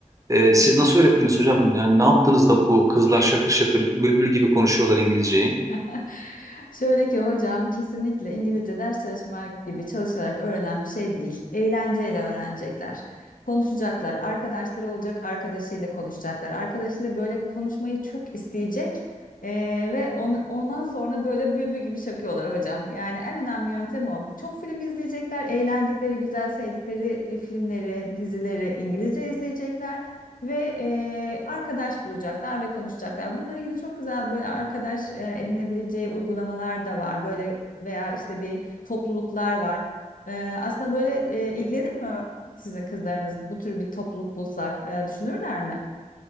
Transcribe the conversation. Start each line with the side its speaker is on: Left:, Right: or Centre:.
Right: E,
Left: Hı
Right: siz
Left: hı.
Right: nasıl öğrettiniz hocam? Yani ne yaptınız da bu kızlar şakır şakır bülbül gibi konuşuyorlar İngilizceyi?
Left: <laughs> Şöyle ki hocam kesinlikle İngilizce ders çalışmak gibi çalışarak öğrenen bir şey değil. Eğlenceyle öğrenecekler. Konuşacaklar, arkadaşları olacak, arkadaşıyla konuşacaklar. Arkadaşıyla böyle konuşmayı çok isteyecek Ee, ve onu, ondan sonra böyle bülbül gibi şakıyorlar hocam. Yani en önemli yöntem o. Çok film izleyecekler, eğlendikleri, güzel sevdikleri e, filmleri, dizileri İngilizce izleyecekler. ve e, arkadaş bulacaklar ve konuşacaklar. Bununla ilgili çok güzel böyle arkadaş e, edinebileceği uygulamalar da var. Böyle veya işte bir topluluklar var. E, aslında böyle e, ilgilenir mi sizin kızlarınız bu tür bir topluluk bulsak e, düşünürler mi?